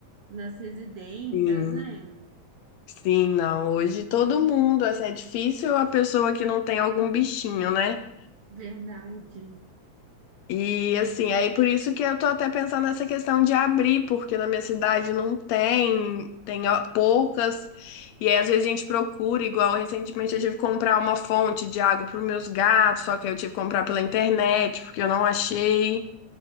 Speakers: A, on the right; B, on the left.
A: nas residências,
B: Sim,
A: né?
B: sim, não. Hoje todo mundo, assim, é difícil a pessoa que não tem algum bichinho, né?
A: Verdade.
B: E assim, aí por isso que eu tô até pensando nessa questão de abrir, porque na minha cidade não tem, tem ó, poucas, e aí às vezes a gente procura, igual recentemente eu tive que comprar uma fonte de água para os meus gatos, só que aí eu tive que comprar pela internet, porque eu não achei.